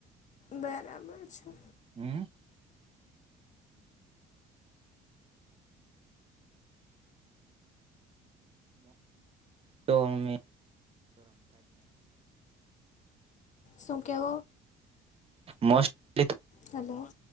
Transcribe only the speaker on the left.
બરાબર છે.
શું કેવ?
હલો.